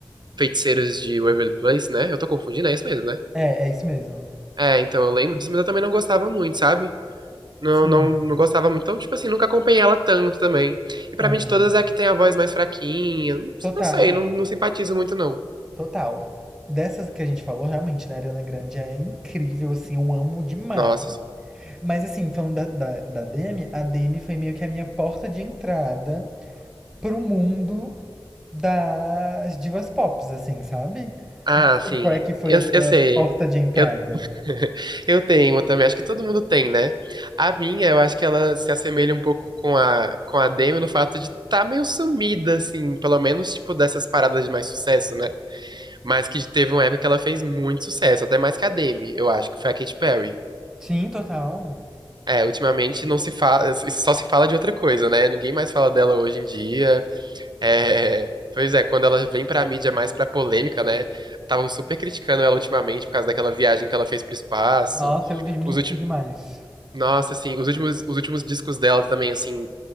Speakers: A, on the right; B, in the centre.
A: Feiticeiras de Waverly Place, né? Eu tô confundindo, é isso mesmo, né?
B: É, é isso mesmo.
A: É, então eu lembro disso, mas eu também não gostava muito, sabe? Não,
B: Sim.
A: não, não gostava muito. Então, tipo assim, nunca acompanhei ela tanto também. E pra
B: Aham.
A: mim, de todas, é a que tem a voz mais fraquinha. Não
B: Total,
A: não sei, não, não simpatizo muito, não.
B: total. Dessas que a gente falou, realmente, né, a Ariana Grande é incrível, assim, eu amo demais.
A: Nossa, assim.
B: Mas assim, falando da, da, da Demi, a Demi foi meio que a minha porta de entrada pro mundo das divas pops, assim, sabe?
A: Ah,
B: Não
A: sim.
B: sei qual é que foi
A: Eu,
B: a sua
A: eu sei.
B: porta de entrada.
A: Eu, <laughs> eu tenho uma também. Acho que todo mundo tem, né? A minha, eu acho que ela se assemelha um pouco com a, com a Demi no fato de tá meio sumida, assim. Pelo menos, tipo, dessas paradas de mais sucesso, né? Mas que teve uma época que ela fez muito sucesso. Até mais que a Demi, eu acho, que foi a Katy Perry.
B: Sim, total.
A: É, ultimamente não se fala, só se fala de outra coisa, né? Ninguém mais fala dela hoje em dia. É, pois é, quando ela vem pra mídia mais pra polêmica, né? Estavam super criticando ela ultimamente por causa daquela viagem que ela fez pro espaço.
B: Nossa, eu vi mico
A: Os últimos,
B: demais.
A: nossa, assim, os últimos, os últimos discos dela também, assim,